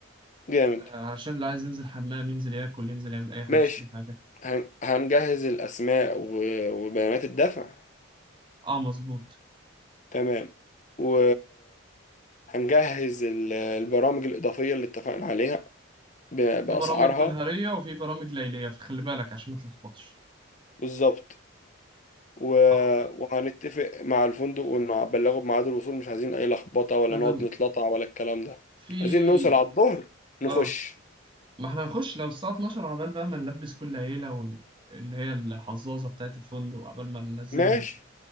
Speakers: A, on the left; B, on the right.
A: جامد
B: آه، علشان اللي عايز ينزل حمام ينزل ياكل ينزل يعمل اي حاجه
A: ماشي
B: يشتري حاجه
A: هن- هنجهز الاسماء و- وبيانات الدفع
B: اه مظبوط
A: تمام و... هنجهز ال- البرامج الإضافية اللي اتفقنا عليها ب-
B: في
A: بأسعارها
B: برامج نهاريه وفي برامج ليليه فخلي بالك عشان ما تلخبطش
A: بالظبط و-
B: خلاص
A: وهنتفق مع الفندق ونبلغه بميعاد الوصول مش عايزين أي لخبطة ولا
B: تمام
A: نقعد نتلطع ولا الكلام ده
B: في
A: عايزين نوصل على الظهر نخش
B: اه ما احنا هنخش لو الساعه 12 عبال بقى ما نلبس كل عيله ون... اللي هي الحظاظه بتاعت الفندق وعبال ما ننزلهم
A: ماشي